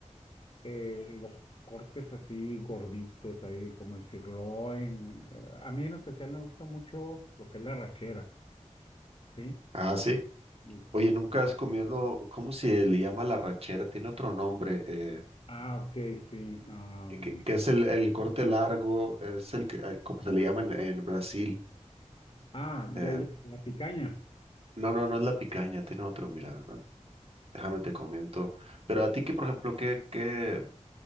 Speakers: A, on the left; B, on the right.
A: eh, los cortes así gorditos, ahí como el sirloin. eh, A mí en especial me gusta mucho lo que es la rachera, ¿sí?
B: Ah, sí.
A: Y-
B: Oye, nunca has comido, ¿cómo se le llama la rachera? Tiene otro nombre. eh,
A: Ah, ok, sí. am,
B: eh, que, que es el, el corte largo, es el que, el- como se le llama en, en Brasil.
A: ah,
B: eh,
A: ya, ya, la picaña.
B: no, no, no es la picaña, tiene otro, mira, ah, déjame te comento. Pero a ti, que por ejemplo, ¿qué, qué,